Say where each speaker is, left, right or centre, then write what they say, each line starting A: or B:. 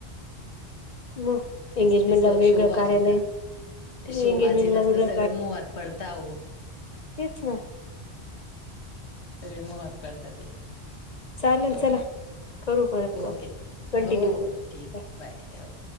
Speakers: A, on the left; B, on the left.
A: मग
B: तेच
A: एंगेजमेंटला
B: ते
A: वेगळं
B: शोभाजी
A: कार्यालय
B: शवबाजीला
A: एंगेजमेंटला वेगळं
B: अस तर सगळे मोहात पडताह.
A: तठीच ना.
B: सगळे महत् पडतात.
A: चालेल
B: श
A: चला करू परत कॉल
B: ओके
A: कंटिन्यू
B: हो हो
A: करू
B: हो ठीक आहे बाय हो.